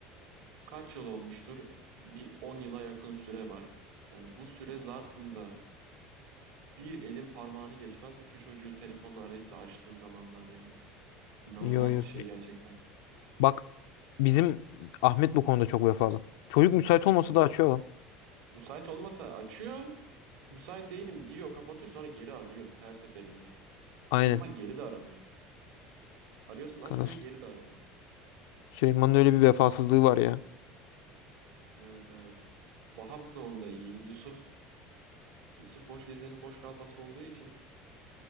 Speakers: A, on the right; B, on the left.
A: Kaç yıl olmuştur? Bir 10 yıla yakın süre var. Yani bu süre zarfında bir elin parmağını geçmez mi şu çocuğu telefonla arayıp da açtığı zamanlar ya? İnanılmaz
B: Yo yo.
A: bir şey gerçekten.
B: Bak bizim Ahmet bu konuda çok vefalı. Çocuk müsait olmasa da açıyor lan.
A: Müsait olmasa açıyor, müsait değilim diyor, kapatıyor sonra geri arıyor her seferinde.
B: Aynen.
A: Süleyman geri de aramıyor. Arıyorsun açmıyor,
B: Kanka Sü-
A: geri de aramıyor.
B: Süleyman'ın öyle bir vefasızlığı var ya.
A: Evet evet. Baha bu konuda iyi. Yusuf, Yusuf boş gezenin boş kafası olduğu için